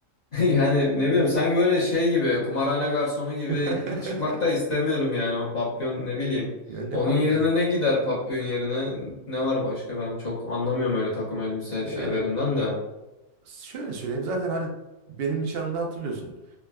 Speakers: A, on the left (about 40°); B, on the right (about 60°).
A: <laughs> Yani ne bileyim sanki böyle şey gibi kumarhane garsonu gibi
B: <laughs>
A: çıkmak da istemiyorum yani o papyon ne bileyim.
B: Ya ne
A: Onun
B: papyonu?
A: yerine ne gider papyon yerine ne var başka ben çok anlamıyorum öyle takım elbise
B: Ya
A: şeylerinden de.
B: şöyle söyleyeyim zaten hani benim nişanımda hatırlıyorsun.